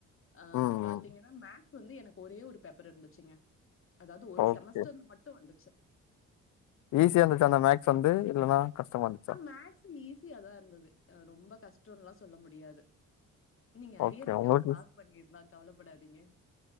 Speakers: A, on the left (about 45°); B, on the left (about 70°).
A: ஆ
B: ம்
A: பாத்தீங்கன்னா
B: ம்
A: மேக்ஸ் வந்து எனக்கு ஒரே ஒரு பேப்பர் இருந்துச்சுங்க அதாவது ஒரு
B: ஓகே
A: செமஸ்டர்ல மட்டு வந்துச்சு
B: ஈஸியா இருந்துச்சா அந்த மேக்ஸ் வந்து இல்லன்னா கஷ்டமா இருந்துச்சா
A: ஆ மேக்ஸ் ஈஸியாதாருந்தது ரொம்ப கஷ்டோன்ல்லா சொல்ல முடியாது நீங்க
B: ஓகே
A: அரியர் வைக்காம
B: உங்களுக்கு
A: பாஸ் பண்ணிர்லா கவலப்படாதீங்க